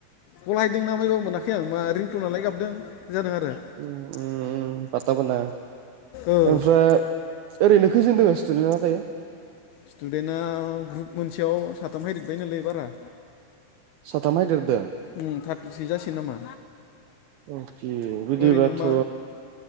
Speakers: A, on the left (about 80°); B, on the right (about 80°).
A: गलायदों ना मायबाबो मोनाखै आं मा रिंटनालाय गाबदों जादों आरो
B: उम-उम-उम पाथा मोना
A: ओ
B: आमफ्रा ओरनो खैजोन दङ सिन्टुदेन्टआ द
A: स्टुडेन्टआ ग्रुप मोनसेयाव साथाम फायदेरबाय नलै बारा
B: साथाम हायदेरदों
A: उम थारटि थ्रि जासिगोन नामा?
B: अखे बिदिबाथ'
A: ओरैनो मा